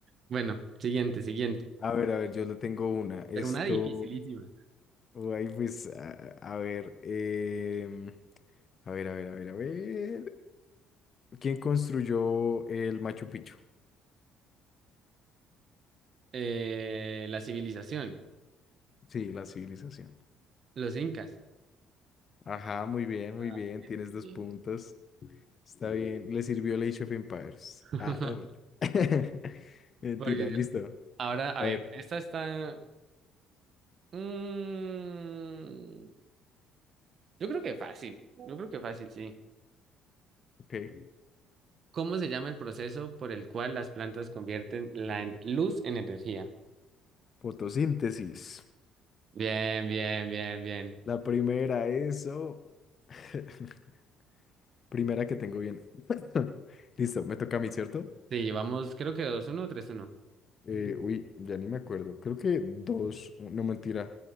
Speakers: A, on the right; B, on the left.
A: Bueno, siguiente, siguiente.
B: A ver, a ver, yo le tengo una. Esto,
A: Pero una dificilísima.
B: oh, ahí pues, a, a ver, em, a ver, a ver, a ver, a ver. ¿Quién construyó el Machu Picchu?
A: Eh, la civilización,
B: Sí, la civilización.
A: los incas.
B: Ajá, muy bien, muy
A: Ah,
B: bien.
A: bien,
B: Tienes
A: bien,
B: dos
A: bien,
B: puntos.
A: bien.
B: Está bien, le sirvió el Age of Empires.
A: <laughs>
B: Ah, no. men- <laughs> Mentira,
A: Porque, ¿vieron?
B: listo.
A: ahora, a
B: A
A: ver,
B: ver,
A: esta está... mm, Yo creo que fácil, yo creo que fácil, sí.
B: ok.
A: ¿Cómo se llama el proceso por el cual las plantas convierten la en- luz en energía?
B: Fotosíntesis.
A: Bien, bien, bien, bien.
B: La primera, eso. <laughs> Primera que tengo bien. <laughs> Listo, me toca a mí, ¿cierto?
A: Sí, llevamos creo que dos uno o 3-1.
B: Eh, uy, ya ni me acuerdo. Creo que dos, no mentira.